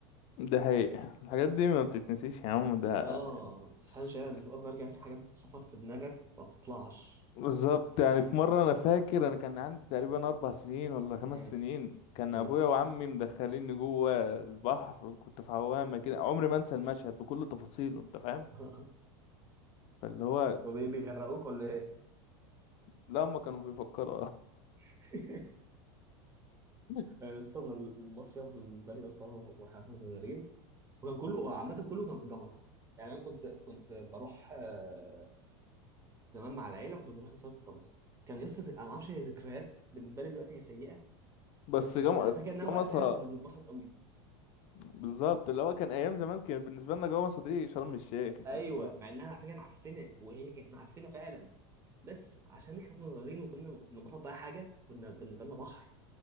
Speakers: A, on the left; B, on the right.
A: ده حقيقي الحاجات دي ما بتتنسيش يا عم ده
B: اه ما تفهمش
A: بص،
B: يعني لما بتبقى صغير كده في حاجات بتتحفر في دماغك ما بتطلعش
A: بالظبط يعني في مرة أنا فاكر أنا كان عندي تقريبا أربع سنين ولا خمس
B: امم
A: سنين كان
B: امم
A: أبويا وعمي مدخليني جوه البحر وكنت في عوامة كده عمري ما أنسى المشهد بكل تفاصيله أنت فاهم
B: <laughs>
A: فاللي هو
B: هو بي- بيغرقوك ولا ايه؟
A: لا هما كانوا بيفكروا
B: <laughs>
A: <laughs>
B: يا اسطى انا اصلا المصيف بالنسبه لي يا اسطى وانا صغ- واحنا صغيرين وكان كله عامه كله كان في جمصه يعني انا كنت كنت بروح آه، زمان مع العيله كنا بنروح نصيف في جمصة كان يسطا زي- انا ما اعرفش هي ذكريات بالنسبه لي دلوقتي هي سيئه
A: بس
B: بس
A: جم...
B: انا فاكر انها
A: جمصة
B: وقتها كنا بنتبسط قوي
A: بالظبط اللي هو كان أيام زمان كان بالنسبة لنا جمصة دي شرم الشيخ
B: ايوه
A: أنت فاهم
B: مع انها على فكره معفنه وهي كانت معفنه فعلا بس عشان احنا كنا صغيرين وكنا بنتبسط بقى حاجه كنا بالنسبه لنا بحر